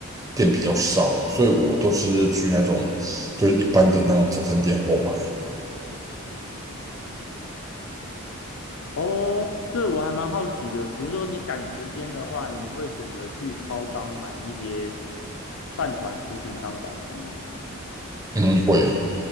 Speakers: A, on the right; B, on the left.
A: 店比较少，所以我都是去那种就是一般的那种早餐店购买。
B: 哦，所以我还蛮好奇的，比如说你赶时间的话，你会选择去超商买一些饭团食品当早餐吗？
A: 嗯，会。